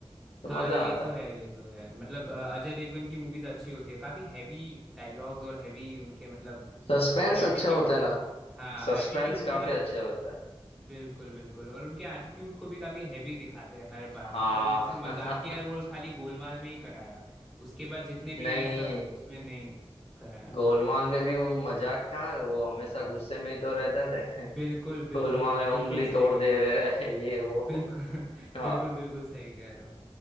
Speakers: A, on the left; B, in the centre.
A: तो
B: हाँ
A: मजा
B: ये
A: आता
B: तो है
A: है
B: ये तो है मतलब अ, अजय देवगन की मूवीज अच्छी होती है काफी हैवी डायलॉग्स और हैवी उनके मतलब
A: सस्पेंस
B: एटीट्यूड
A: अच्छा होता है
B: को
A: ना
B: हाँ
A: सस्पेंस
B: एटीट्यूड उनका
A: काफी अच्छा होता है
B: बिल्कुल बिल्कुल और उनके एटीट्यूड को भी काफी हैवी दिखाते हैं हर बार
A: हाँ
B: मतलब उनसे
A: <laughs>
B: मजाकिया रोल खाली गोलमाल में ही कराया उसके बाद जितने
A: नहीं
B: भी हैं सब उसमें नहीं कराया
A: गोलमाल में भी वो मजाक कहाँ वो हमेशा गुस्से में ही तो रहते थे <laughs>
B: बिल्कुल बिल्कुल
A: गोलमाल में उंगली
B: बिल्कुल सही
A: तोड़
B: कह
A: दे
B: रहे हो
A: रहे हैं, ये वो
B: बिल्कुल <laughs>
A: हाँ
B: बिल्कुल बिल्कुल सही कह रहे हो